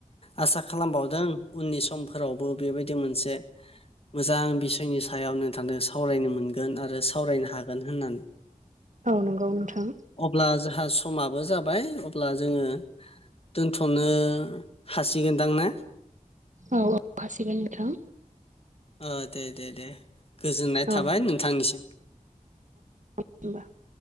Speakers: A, on the left; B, on the right.
A: आसा खालामबावदों उननि समफोरावबो बेबायदि मोनसे मोजां बिसयनि सायाव नोंथांदों सावरायनो मोनगोन आरो सावरायनो हागोन होननानै।
B: औ नंगौ नोंथां।
A: अब्ला जोंहा समाबो जाबाय अब्ला जोङो दोनथ'नो हासिगोनदां ने
B: औ औ हासिगोन नोंथां।
A: अ दे दे दे गोजोननाय
B: औ
A: थाबाय
B: दे
A: नोंथांनिसिम।
B: <unintelligible>